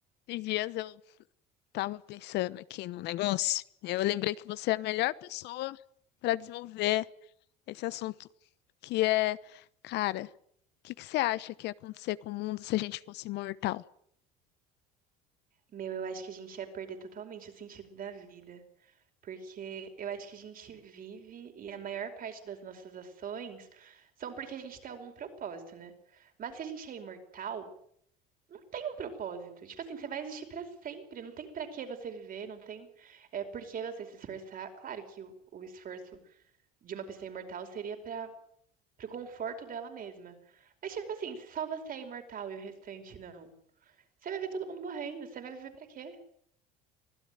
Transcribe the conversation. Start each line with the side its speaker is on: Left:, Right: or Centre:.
Left: Esses dias eu tava pensando aqui num negócio. Eu lembrei que você é a melhor pessoa para desenvolver esse assunto, que é, cara, o que que você acha que ia acontecer com o mundo se a gente fosse imortal?
Right: Meu, eu acho que a gente ia perder totalmente o sentido da vida. Porque eu acho que a gente vive e a maior parte das nossas ações são porque a gente tem algum propósito, né? Mas se a gente é imortal, não tem um propósito. Tipo assim, você vai existir pra sempre, não tem pra que você viver, não tem é, por que você se esforçar. Claro que o, o esforço de uma pessoa imortal seria para pro conforto dela mesma. Mas tipo assim, se só você é imortal e o restante não, você vai ver todo mundo morrendo, você vai viver pra quê?